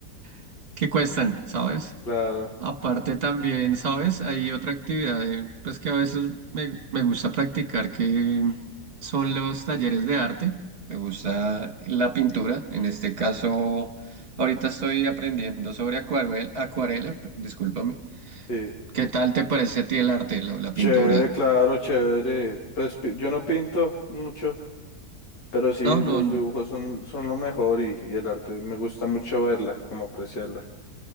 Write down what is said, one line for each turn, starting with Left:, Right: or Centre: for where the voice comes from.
Right: <laughs> que cuestan, ¿sabes?
Left: Claro,
Right: Aparte también, ¿sabes? Hay otra actividad eh, pues que a veces me, me gusta practicar, que son los talleres de arte. Me gusta la pintura. En este caso, ahorita estoy aprendiendo sobre acuarel- acuarela, p- discúlpame.
Left: sí.
Right: ¿Qué tal te parece a ti el arte, la, la
Left: Chévere,
Right: pintura?
Left: claro, chévere. Pues pi- yo no pinto mucho, pero sí,
Right: No, no,
Left: los
Right: no,
Left: dibujos son, son lo mejor y, y el arte. Me gusta mucho verla, como apreciarla.